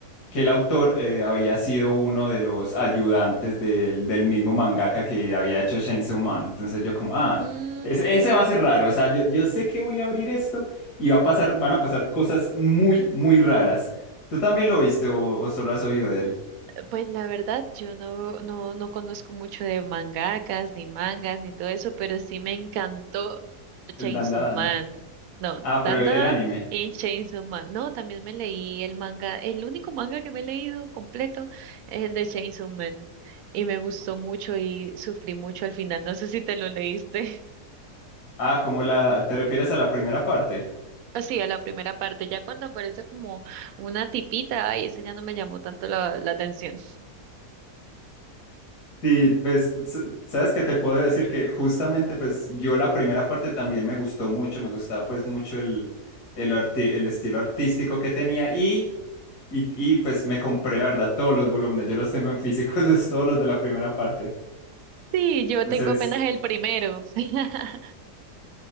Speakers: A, on the left (about 75°); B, on the right (about 70°).
A: que el autor eh, había sido uno de los ayudantes del, del mismo mangaka que había hecho Chainsaw Man, entonces yo como, ah,
B: Mm,
A: ese, ese va a ser raro, o sea, yo, yo sé que voy a abrir esto y va a pasar, van a pasar cosas muy, muy raras. ¿Tú también lo viste o o solo has oído de él?
B: Pues la verdad, yo no, no, no conozco mucho de mangakas, ni mangas, ni todo eso, pero sí me encantó Chainsaw
A: El Dandadan.
B: Man. No,
A: Ah,
B: tan
A: pero el,
B: tan tan,
A: el anime.
B: en Chainsaw Man. No, también me leí el manga, el único manga que me he leído completo es el de Chainsaw Man. Y me gustó mucho y sufrí mucho al final. No sé si te lo leíste. <laughs>
A: Ah, como la... ¿Te refieres a la primera parte?
B: Así, a la primera parte, ya cuando aparece como una tipita, ay, ese ya no me llamó tanto la, la atención.
A: Sí, pues, s- sabes que te puedo decir que justamente, pues, yo la primera parte también me gustó mucho, me gustaba, pues, mucho el, el, arti- el estilo artístico que tenía y, y, y, pues, me compré, la verdad, todos los volúmenes, yo los tengo en físico, <laughs> los, todos los de la primera parte.
B: Sí, yo
A: Entonces,
B: tengo apenas el primero. <laughs>